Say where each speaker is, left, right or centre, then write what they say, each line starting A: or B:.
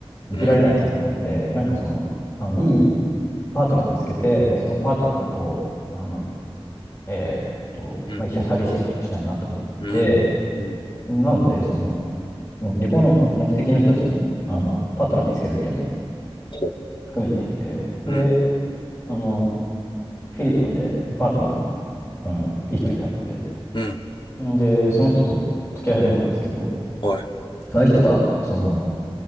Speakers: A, on the left; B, on the left.
A: 生きられないと思ったんで、
B: うん。
A: なんかその、あの、いいパートナーを見つけて、そのパートナーと、あの、えーっと、
B: うん。
A: まあ、一緒に旅したりとかしたいなと思って、
B: うん。うん。うん。
A: なので、その、もう旅行の目的の一つに、あの、パートナー見つけるっていうのも
B: ほ
A: 含めていて、で、
B: うん。
A: あの、フィリピンでパートナーの、あの、いい人に出会って、
B: うん。ん
A: んで、その人と付き合い始めたんですけど、
B: はい。
A: その人が、その、